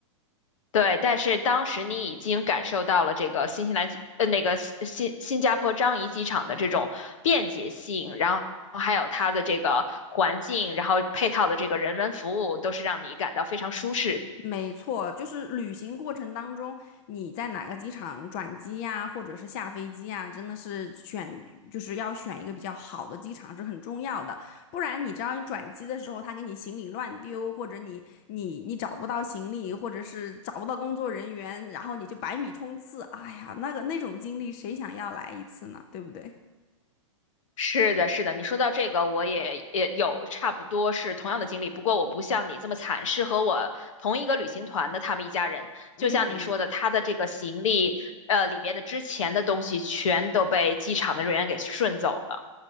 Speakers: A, on the left (about 75°); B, on the left (about 40°).
A: 对，但是当时你已经感受到了这个新西兰机，呃，那个新新新加坡樟宜机场的这种便捷性，然后还有它的这个环境，然后配套的这个人文服务，都是让你感到非常舒适的。
B: 没错，就是旅行过程当中，你在哪个机场转机呀，或者是下飞机呀，真的是选，就是要选一个比较好的机场，这很重要的。不然你知道，你转机的时候，他给你行李乱丢，或者你你你找不到行李，或者是找不到工作人员，然后你就百米冲刺，哎呀，那个那种经历，谁想要来一次呢？对不对？
A: 是的，是的，你说到这个，我也也有差不多是同样的经历，不过我不像你这么惨，是和我同一个旅行团的他们一家人，
B: 嗯，
A: 就像你说的，他的这个行李，呃，里边的之前的东西全都被机场的人员给顺走了。